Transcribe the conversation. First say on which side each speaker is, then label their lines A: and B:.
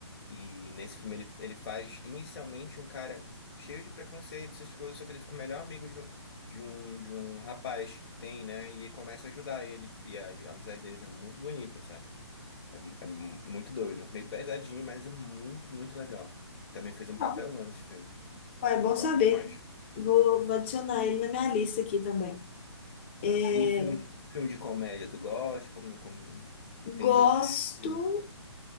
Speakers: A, on the left (about 55°); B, on the left (about 25°).
A: E nesse filme ele, ele faz inicialmente um cara cheio de preconceito, essas coisas, só que ele fica o melhor amigo de um, de um, de um rapaz que tem, né? E começa a ajudar ele. E a, a amizade deles é muito bonita, sabe? É, mu- é mu- muito doido. Meio pesadinho, mas é muito, muito legal. Também fez um papelão
B: Ah,
A: nesse filme.
B: ó, é bom
A: É Top
B: saber.
A: demais.
B: Vou, vou adicionar ele na minha lista aqui também. É,
A: E filme de, filme de comédia, tu gosta? Como, como... Tem
B: gosto,
A: outros estilos?